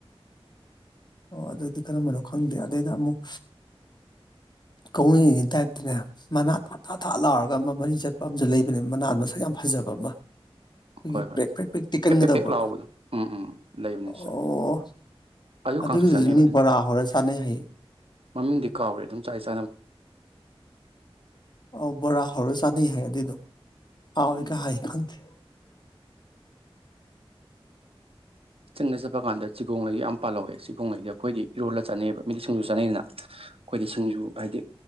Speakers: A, on the left; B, on the right.
A: ꯑꯣ ꯑꯗꯨꯗꯤ ꯀꯔꯝꯕꯅꯣ ꯈꯪꯗꯦ ꯑꯗꯩꯗ ꯑꯃꯨꯛ ꯀꯧꯉꯉꯩꯩ ꯇꯥꯏꯞꯇꯅꯦ ꯃꯅꯥ ꯊꯥ ꯊꯥ ꯊꯥ ꯂꯥꯎꯔꯒ ꯑꯃ ꯃꯔꯤ ꯆꯠꯄ ꯑꯃꯁꯨ ꯂꯩꯕꯅꯦ ꯃꯅꯥ ꯃꯁꯛ ꯌꯥꯝ ꯐꯖꯕ ꯑꯃ ꯑꯩꯈꯣꯏꯒꯤ
B: ꯍꯣꯏ ꯍꯣꯏ
A: ꯄ꯭ꯔꯦꯛ ꯄ꯭ꯔꯦꯛ ꯄ꯭ꯔꯦꯛ ꯇꯦꯛꯀꯟꯒꯗꯕ
B: ꯄꯦ ꯄꯦꯄꯦꯛ ꯂꯥꯛꯕꯗꯣ ꯎꯝ ꯎꯝ ꯂꯩꯕꯅꯤ
A: ꯑꯣ
B: ꯁꯨꯝ ꯑꯗꯨ
A: ꯑꯗꯨꯒꯤꯗꯨꯁꯨ
B: ꯀꯥꯡꯁꯣꯏ ꯆꯥꯅꯩꯕ
A: ꯃꯤ
B: ꯑꯗꯨꯅ
A: ꯕꯣꯔꯥ ꯍꯧꯔ ꯆꯥꯟꯅꯩ ꯍꯌꯦ
B: ꯃꯃꯤꯡꯗꯤ ꯀꯥꯎꯈ꯭ꯔꯦ ꯑꯗꯨꯝ ꯆꯥꯏ ꯆꯦ
A: ꯑꯣ ꯣꯔ ꯍꯔ ꯆꯅꯤ ꯍꯥꯏꯦ ꯂꯤꯗꯨ ꯑꯥꯎ
B: ꯎꯝ
A: ꯀ ꯍꯥꯏ ꯏ ꯈꯟꯗ
B: ꯆꯤꯡꯗ ꯆꯠꯄ ꯀꯥꯟꯗ ꯆꯤꯒꯣꯡꯡꯂꯩꯗꯤ ꯌꯥꯝ ꯄꯥꯜꯍꯧꯋꯦ ꯆꯤꯒꯣꯡꯉꯩꯗꯤ ꯑꯩꯈꯣꯏꯗꯤ ꯏꯔꯣꯜꯂ ꯆꯥꯅꯩꯑꯕ ꯃꯤꯗꯤ ꯁꯤꯡꯖꯨ ꯆꯥꯅꯩꯗꯅ ꯑꯩꯈꯣꯏꯗꯤ ꯁꯤꯡꯖꯨ ꯍꯥꯏꯗꯤ